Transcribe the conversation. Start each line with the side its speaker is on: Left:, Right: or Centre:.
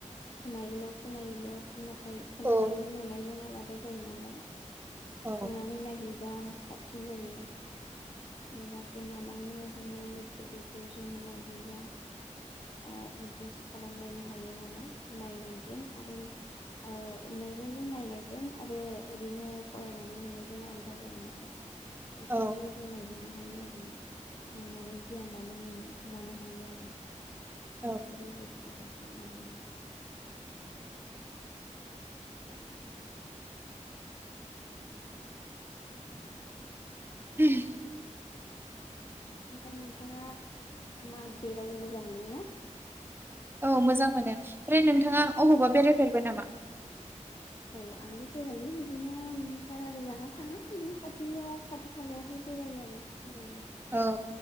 Left: खोनायोल' खोनायोल' ना थाय खोनानायजों
Right: औ
Left: नुनायजों आलादा जा जायो नालाय
Right: औ
Left: थांनानै नायहै बा साबसिन जायो जेनेबा गोमालां नो हमनाय बुस्थुफोरखौ जोङो नायहैयोबा <unintelligible> खालामलायनो हायो नालाय नायनाय जों आरो ओ मेगनजों नायनायजों आरो ओरैनो फरायनानै मोननाय जों आलादा जायो नालाय बेफोरखौबो
Right: औ
Left: हैनो हायो आरोना नायनानै गियान लानो मोनो लानो हायो आरो।
Right: औ
Left: नुफेरै बुस्थु फोरखौ नायनानै <inaudible>
Right: <inaudible>
Left: <inaudible> ओमफ्राय नोंथाङा मा बेरायनो मोजां मोनो ना?
Right: औ मोजां मोनो ओमफ्राय नोंथाङा अबावबा बेराय फेरबाय नामा
Left: औ आंबो बेरायो बिदिनो बारा गोजानाव थाङा इदिनो खाथियाव खाथि खालायावहाय बेरायो आरो। बेरायनाया
Right: औ